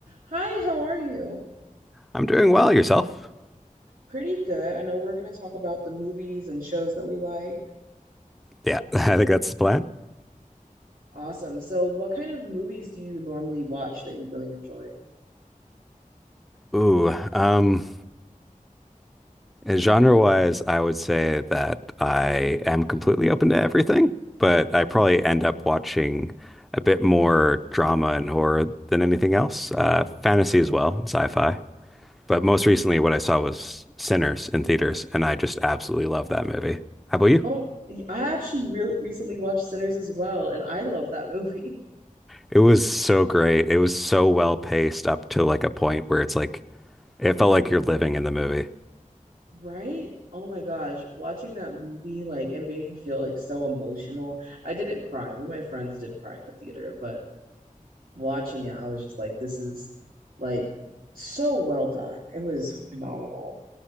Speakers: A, on the right; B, in the centre.
A: Hi, how are you?
B: I'm doing well, yourself?
A: Pretty good. I know we're going to talk about the movies and shows that we like.
B: Yeah, <laughs> I think that's the plan.
A: Awesome. So, what kind of movies do you normally watch that you really enjoy?
B: Ooh, um, genre-wise, I would say that I am completely open to everything, but I probably end up watching a bit more drama and horror than anything else. Uh, fantasy as well, and sci-fi. But most recently, what I saw was Sinners in theaters, and I just absolutely love that movie. How about you?
A: Oh, I actually really recently watched Sinners as well, and I love that movie. <laughs>
B: It was so great. It was so well paced up to like a point where it's like it felt like you're living in the movie.
A: Right? Oh my gosh, watching that movie, like it made me feel like so emotional. I didn't cry. One of my friends did cry in the theater, but watching it, I was just like, this is like so well done. It was phenomenal.